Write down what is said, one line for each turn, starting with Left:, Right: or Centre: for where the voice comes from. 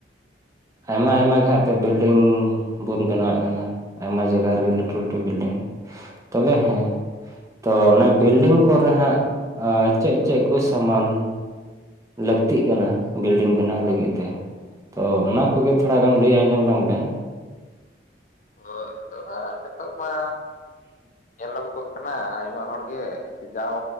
Right: ᱟᱭᱢᱟ ᱟᱭᱢᱟ ᱜᱮ ᱦᱟᱸᱜ ᱛᱮ ᱵᱤᱞᱰᱤᱝ ᱵᱚᱱ ᱵᱮᱱᱟᱣᱮᱜ ᱠᱟᱱᱟ, ᱟᱭᱢᱟ ᱡᱟᱭᱜᱟ ᱨᱮᱜᱮ ᱞᱟᱹᱴᱩ ᱞᱟᱹᱴᱩ ᱵᱤᱞᱰᱤᱝ ᱛᱚᱵᱮ ᱦᱮᱸ ᱛᱚ ᱚᱱᱟ ᱵᱤᱞᱰᱤᱝ ᱠᱚᱨᱮ ᱦᱟᱸᱜ ᱟᱸ ᱪᱮᱜ ᱪᱮᱜ ᱠᱚ ᱥᱟᱢᱟᱱ ᱞᱟᱹᱠᱛᱤᱜ ᱠᱟᱱᱟ ᱵᱤᱞᱰᱤᱝ ᱵᱮᱱᱟᱣ ᱞᱟᱹᱜᱤᱫ ᱛᱮ, ᱛᱚ ᱚᱱᱟ ᱠᱚᱜᱮ ᱛᱷᱚᱲᱟ ᱜᱟᱱ ᱞᱟᱹᱭ ᱟᱸᱡᱚᱢ ᱞᱟᱝ ᱵᱮᱱ?
Left: ᱦᱳᱭ ᱟᱫᱚᱜ ᱦᱟᱸᱜ ᱱᱤᱛᱚᱜ ᱢᱟ ᱧᱮᱞᱚᱜᱚᱜ ᱠᱟᱱᱟ ᱟᱭᱢᱟ ᱦᱚᱲ ᱜᱮ ᱥᱮ ᱡᱟᱣ